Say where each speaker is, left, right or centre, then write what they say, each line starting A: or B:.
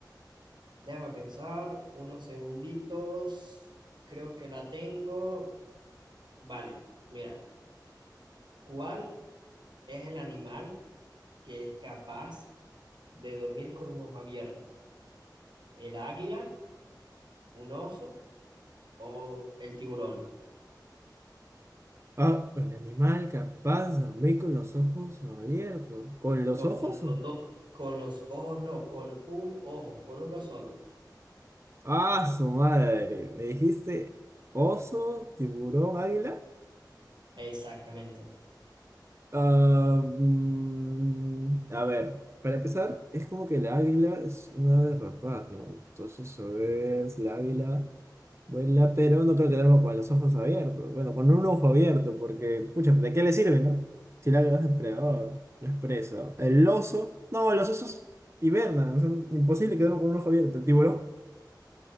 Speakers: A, on the right; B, on the right.
A: Déjame pensar unos segunditos. Creo que la tengo. Vale, mira, ¿cuál es el animal que es capaz de dormir con un ojo abierto? ¿El águila, un oso o el tiburón?
B: Ah, el animal capaz de dormir con los ojos abiertos. ¿Con los
A: No,
B: ojos?
A: con los
B: o-
A: dos, con los ojos no, con un ojo, con uno solo.
B: Ah, su madre. ¿Me dijiste oso, tiburón, águila?
A: Exactamente.
B: Ah, mm, a ver, para empezar, es como que el águila es una ave rapaz, ¿no? Entonces, a ver, si la águila vuela, pero no creo que duerma con los ojos abiertos. Bueno, con un ojo abierto, porque, pucha, ¿de qué le sirve, no? Si el águila es depredador, no es presa. El oso, no, los osos hibernan, o sea, imposible que duerman con un ojo abierto. El tiburón,